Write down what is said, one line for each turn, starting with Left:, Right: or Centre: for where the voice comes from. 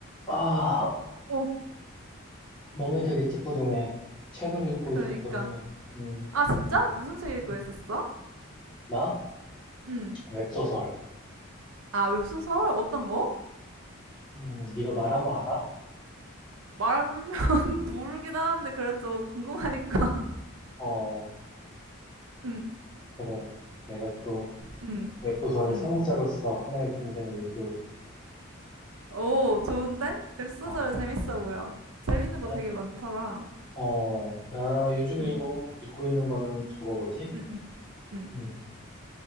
Left: 아,
Right: 어,
Left: 몸이 되게 찌뿌둥해. 책을 읽고
Right: 그러니까.
Left: 있었더니, 음,
Right: 아, 진짜? 무슨 책 읽고
Left: 음.
Right: 있었어?
Left: 나?
Right: 응.
Left: 웹소설.
Right: 아, 웹소설? 어떤 거?
Left: 음, 네가 말하면 알아?
Right: 말하면 <laughs> 모르긴 하는데 그래도 궁금하니까. <laughs>
Left: 어,
Right: 응,
Left: 그래. 내가 또
Right: 응,
Left: 웹소설의
Right: 응,
Left: 선구자로서 하나의 중생을 일깨워주지.
Right: 오, 좋은데? 웹소설
Left: 어,
Right: 재밌어 보여. 재밌는 거
Left: 나,
Right: 되게 많더라.
Left: 어, 나 요즘 읽고,
Right: 응,
Left: 읽고 있는 거는 저거 뭐지?
Right: 응, 응, 응.
Left: 음,